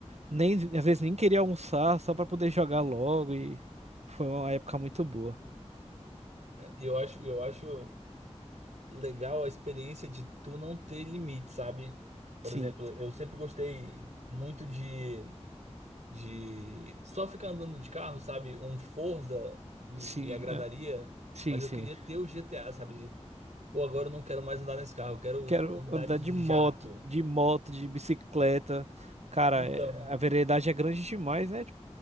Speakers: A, on the right; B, on the right.
A: nem às vezes nem queria almoçar, só pra poder jogar logo e foi uma época muito boa.
B: e eu acho, eu acho legal a experiência de tu não ter limite, sabe? Por
A: Sim,
B: exemplo, eu sempre gostei muito de, de só ficar andando de carro, sabe? Um Forza me,
A: sim,
B: me agradaria,
A: é, sim,
B: mas
A: sim.
B: eu queria ter o GTA, sabe? De, pô, agora eu não quero mais andar nesse carro, eu quero
A: Quero
B: andar
A: andar
B: de
A: de
B: de
A: moto,
B: jato.
A: de moto, de bicicleta. Cara,
B: Então,
A: é- a velocidade é grande demais, né?